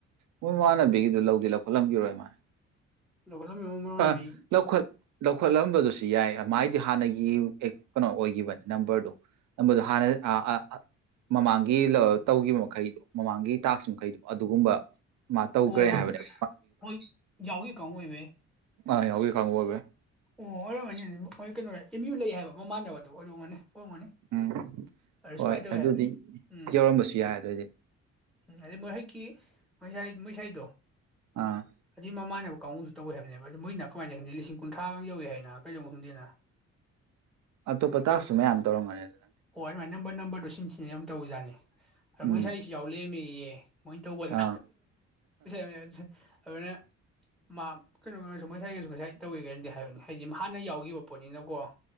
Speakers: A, on the right; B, in the centre.
A: ꯃꯣꯏ ꯃꯃꯥꯟꯅꯕꯤꯒꯤꯗꯨ ꯂꯧꯗꯤ ꯂꯧꯈꯠꯂꯝꯒꯤꯔꯣꯏ ꯃꯥ
B: ꯂꯧꯈꯠꯂꯝꯃꯤꯕ ꯃꯔꯣꯟ
A: ꯑ
B: ꯑꯃꯤ
A: ꯂꯧꯈꯠ ꯂꯧꯈꯠꯂꯝꯕꯗꯨꯁꯨ ꯁꯤ ꯌꯥꯏ ꯃꯥꯏꯗꯣ ꯍꯥꯟꯅꯒꯤ ꯀꯩꯅꯣ ꯑꯣꯏꯈꯤꯕꯅꯤ ꯅꯝꯕꯔꯗꯣ ꯅꯝꯕꯔꯗꯣ ꯍꯥꯟꯅ ꯑ ꯑ ꯃꯃꯥꯡꯒꯤ ꯇꯧꯈꯤꯕ ꯃꯈꯩꯗꯣ ꯃꯃꯥꯡꯒꯤ ꯇꯥꯛꯁ ꯃꯈꯩꯗꯣ ꯑꯗꯨꯒꯨꯝꯕ ꯃꯥ ꯇꯧꯈ꯭ꯔꯦ
B: ꯍꯣꯏ
A: ꯍꯥꯏꯕꯅꯦꯕ
B: ꯍꯣꯏ ꯌꯥꯎꯒꯤ ꯀꯥꯡ ꯕꯨ ꯑꯣꯏꯕꯩ
A: ꯑ ꯌꯥꯎꯒꯤ ꯀꯥꯡꯕꯨ ꯑꯣꯏꯕꯩ꯫
B: ꯑꯣ ꯑꯣꯔꯝ ꯃꯅꯤ ꯃꯣꯏꯒꯤ ꯀꯩꯅꯣꯔꯥꯏ ꯑꯦꯝ ꯌꯨ ꯂꯩ ꯍꯥꯏꯕ ꯃꯃꯥꯟꯅꯕꯗꯨ ꯑꯣꯏꯔꯨꯝꯒꯅꯤ ꯍꯣꯡꯉꯅꯤ
A: ꯎꯝ
B: ꯑꯗꯨ
A: ꯍꯣꯏ
B: ꯁꯨꯃꯥꯏꯅ ꯇꯧꯋꯤ
A: ꯑꯗꯨꯗꯤ
B: ꯍꯥꯏꯕꯅꯤ ꯎꯝ
A: ꯌꯧꯔꯝꯕꯁꯨ ꯌꯥꯏ ꯑꯗꯨꯑꯣꯏꯗꯤ
B: ꯎꯝ ꯑꯗꯨꯍꯨꯛꯀꯤ ꯃꯩꯁꯥꯏ ꯃꯩꯁꯥꯏꯗꯣ
A: ꯑꯥ
B: ꯑꯗꯨ ꯃꯃꯥꯅ ꯀꯥꯡꯎꯁꯨ ꯇꯧꯋꯦ ꯍꯥꯏꯕꯅꯦꯕ ꯃꯣꯏꯅ ꯀꯃꯥꯏꯅ ꯂꯤꯁꯤꯡ ꯀꯨꯟ ꯈꯥ ꯉ ꯌꯧꯏꯤ ꯍꯥꯏꯅ ꯀꯩꯗꯧꯕ ꯈꯪꯗꯦꯅ
A: ꯑꯇꯣꯄ ꯇꯥꯛꯁꯁꯨ ꯃꯌꯥꯝ ꯇꯧꯔꯝꯉꯅꯤ ꯑꯗꯨꯅꯅꯦ
B: ꯁꯨꯃꯥꯏ ꯅꯝꯕꯔ ꯅꯝꯕꯔꯗꯣ ꯁꯤꯟꯁꯤꯅꯦ ꯑꯗꯨꯝ ꯇꯧꯖꯥꯠꯅꯤ ꯃꯣꯏꯁꯥꯏꯁꯨ
A: ꯎꯝ
B: ꯌꯥꯎ ꯂꯩꯃꯤ ꯌꯦ ꯃꯣꯏꯅ ꯇꯧꯕꯗ
A: ꯑꯥ
B: <unintelligible> ꯑꯗꯨꯅ ꯃꯥ ꯀꯩꯅꯣꯁꯨ ꯃꯣꯏꯁꯥꯏꯒꯁꯨ ꯉꯁꯥꯏ ꯇꯧꯋꯦꯒꯥꯏꯅꯁꯨ ꯍꯥꯏꯕꯅꯤ ꯍꯥꯏꯗꯤ ꯍꯥꯟꯅ ꯌꯥꯎꯈꯤꯕ ꯄꯣꯠꯅꯤꯅꯀꯣ